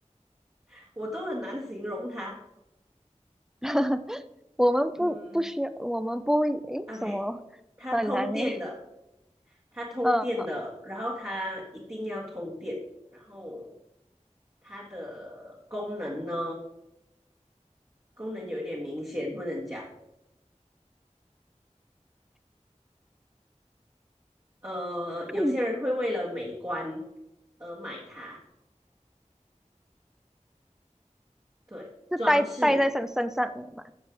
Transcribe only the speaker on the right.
<laughs> 我都很难形容它。
嗯
，OK，
它通电的，它通电的，
然后它一定要通电，然后它的功能呢，功能有一点明显，不能讲。呃，
有些人会为了美观而买它，对，
装饰